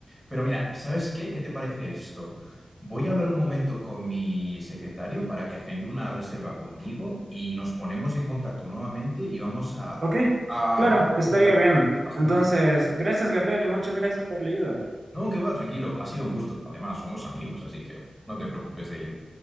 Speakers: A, in the centre; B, on the right.
A: Pero mira, ¿sabes qué? ¿Qué te parece esto? Voy a hablar un momento con mi secretario para que agende una reserva contigo y nos ponemos en contacto nuevamente y vamos a,
B: Ok,
A: a
B: claro,
A: hablar
B: estaría
A: sobre
B: bien.
A: las
B: Entonces,
A: más.
B: gracias, Gabriel, muchas gracias por la ayuda.
A: No, que va, tranquilo. Ha sido un gusto. Además, somos amigos, así que no te preocupes de ello.